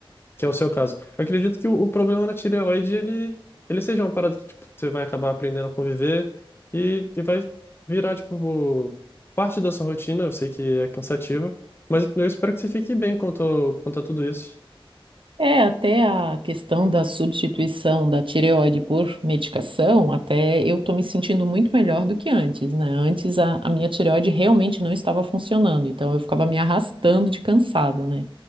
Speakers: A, on the left; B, on the right.
A: que é o seu caso. Eu acredito que o, o problema na tireoide, ele, ele seja uma parada que tipo, você vai acabar aprendendo a conviver e, e vai virar tipo, parte da sua rotina. Eu sei que é cansativa, mas eu espero que você fique bem quanto, quanto a tudo isso.
B: É, até a questão da substituição da tireoide por medicação, até eu tô me sentindo muito melhor do que antes, né? Antes a, a minha tireoide realmente não estava funcionando, então eu ficava me arrastando de cansada, né?